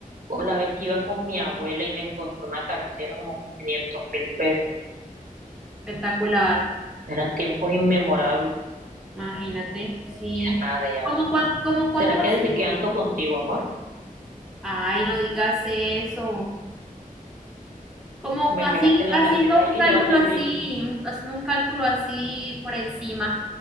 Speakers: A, on the right; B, in the centre.
A: O la vez que iba con mi abuela y me encontró una cartera como con quinientos mil pesos.
B: Espectacular,
A: Eran tiempos inmemorables.
B: imagínate, sí.
A: Ya nada, ya.
B: ¿Cómo, cuán, cómo
A: ¿Será
B: cuánto
A: que
B: así?
A: desde que ando contigo, amor,
B: Ay, no digas eso. Como
A: me
B: así,
A: pegaste en la
B: haciendo
A: salsita? Hay
B: un
A: que
B: cálculo
A: llevarte el
B: así,
A: río.
B: un- haciendo un cálculo así por encima,